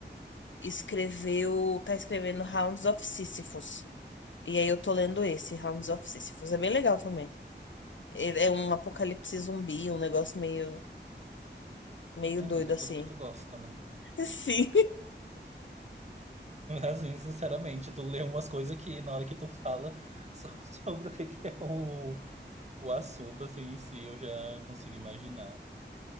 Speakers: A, on the left; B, on the right.
A: Escreveu. Tá escrevendo Hounds of Sisyphus. E aí eu tô lendo esse, Hounds of Sisyphus. É bem legal também. É é um apocalipse zumbi, um negócio meio, meio
B: É,
A: doido
B: amiga,
A: assim.
B: tudo que tu gosta, né?
A: <laughs> Sim.
B: Assim, sinceramente, tu lê umas coisas que na hora que tu fala so- <laughs> sobre o que que é o, o assunto, assim, em si, eu já consigo imaginar.